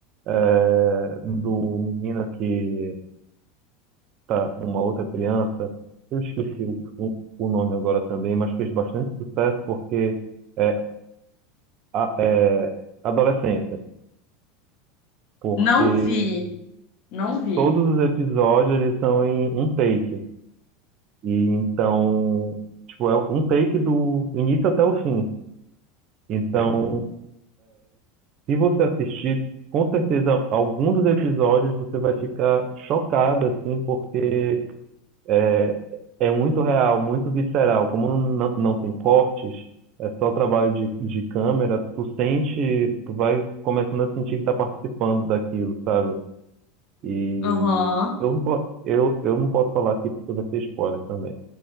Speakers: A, on the right (about 45°); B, on the left (about 50°).
A: é, do menino que tá uma outra criança? Eu esqueci o, o o nome agora também, mas fez bastante sucesso porque é, a- é, adolescência, porque
B: Não vi, não vi.
A: todos os episódios eles são em um take. E então, tipo, é um take do início até o fim. Então, se você assistir, com certeza algum dos episódios você vai ficar chocado, assim, porque é, é muito real, muito visceral. Como não, não tem cortes, é só trabalho de, de câmera, tu sente, tu vai começando a sentir que tá participando daquilo, sabe? E
B: Aham,
A: eu não, po- eu, eu não posso falar aqui porque vai ser spoiler também.